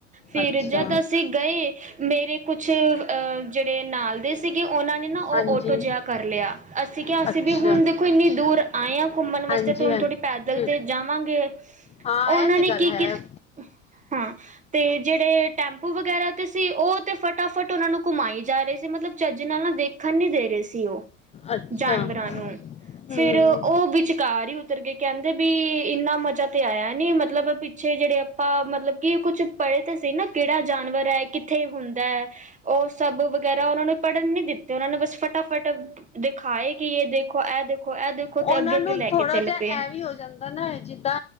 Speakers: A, on the right (about 20°); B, on the left (about 20°).
A: ਫਿਰ
B: ਅੱਛਾ
A: ਜਦ ਅਸੀਂ ਗਏ ਮੇਰੇ ਕੁਛ ਅਹ ਜਿਹੜੇ ਨਾਲ ਦੇ ਸੀਗੇ ਉਹਨਾਂ ਨੇ ਨਾ ਉਹ
B: ਹਾਂਜੀ
A: ਆਟੋ ਜਿਹਾ ਕਰ ਲਿਆ ਅਸੀਂ ਕਿਹਾ
B: ਅੱਛਾ
A: ਸੀ ਵੀ ਹੁਣ ਦੇਖੋ ਇੰਨੀ ਦੂਰ ਆਏ ਹਾਂ ਘੁੰਮਣ
B: ਹਾਂਜੀ
A: ਵਾਸਤੇ ਤੇ ਹੁਣ
B: ਹਾਂਜੀ
A: ਥੋੜੀ ਪੈਦਲ
B: ਫਿਰ-
A: ਤੇ ਜਾਵਾਂਗੇ
B: ਹਾਂ
A: ਉਹਨਾਂ
B: ਇਹ ਤੇ
A: ਨੇ
B: ਗੱਲ
A: ਕੀ
B: ਹੈ
A: ਕੀ ਹਾਂ ਤੇ ਜਿਹੜੇ ਟੈਂਪੂ ਵਗੈਰਾ ਤੇ ਸੀ ਉਹ ਤੇ ਫਟਾਫਟ ਉਹਨਾ ਨੂੰ ਘੁਮਾਈ ਜਾ ਰਹੀ ਸੀ ਮਤਲਬ ਚੱਜ ਨਾਲ ਨਾ ਦੇਖਣ ਨੀ ਦੇ ਰਹੇ ਸੀ ਉਹ
B: ਅੱਛਾ
A: ਜਾਨਵਰਾਂ ਨੂੰ
B: ਹੂੰ
A: ਫਿਰ ਉਹ ਵਿਚਕਾਰ ਹੀ ਉਤਰ ਕੇ ਕਹਿੰਦੇ ਵੀ ਇੰਨਾ ਮਜ਼ਾ ਤੇ ਆਇਆ ਨੀ ਮਤਲਬ ਪਿੱਛੇ ਜਿਹੜੇ ਆਪਾਂ ਮਤਲਬ ਕਿ ਕੁੱਛ ਪੜ੍ਹੇ ਤੇ ਨਾ ਕਿਹੜਾ ਜਾਨਵਰ ਹੈ ਕਿੱਥੇ ਹੁੰਦਾ ਹੈ ਉਹ ਸਭ ਵਗੈਰਾ ਉਹਨਾਂ ਨੂੰ ਪੜ੍ਹਨ ਨੀ ਦਿੱਤੇ ਉਹਨਾਂ ਨੇ ਬਸ ਫਟਾਫਟ ਦਿਖਾਏ ਕਿ ਇਹ ਦੇਖੋ ਇਹ ਦੇਖੋ ਇਹ ਦੇਖੋ
B: ਉਹਨਾਂ
A: ਤੇ ਅੱਗੇ ਅੱਗੇ
B: ਨੂੰ
A: ਲੈ
B: ਥੋੜਾ
A: ਕੇ ਚੱਲ
B: ਜਿਹਾ
A: ਪਏ
B: ਇਹ ਵੀ ਹੋ ਜਾਂਦਾ ਨਾ ਜਿੱਦਾਂ